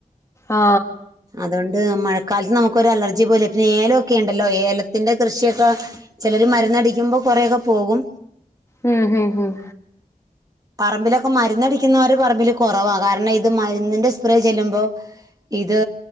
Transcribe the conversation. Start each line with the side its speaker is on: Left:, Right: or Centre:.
Left: ആ
Right: അതുകൊണ്ട് മഴക്കാലത്ത് നമുക്കൊരു അലർജി പോല പിന്നെ ഏലൊക്കെ ഉണ്ടല്ലോ ഏലത്തിന്റെ കൃഷിയൊക്കെ ചിലര് മരുന്നടിക്കുമ്പോൾ കുറേക്കെ പോകും
Left: ഉം ഉം ഉം
Right: പറമ്പിലൊക്കെ മരുന്നടിക്കുന്നവര് പറമ്പില് കുറവാ കാരണം ഇത് മരുന്നിന്റെ സ്പ്രേ ചെല്ലുമ്പോ ഇത്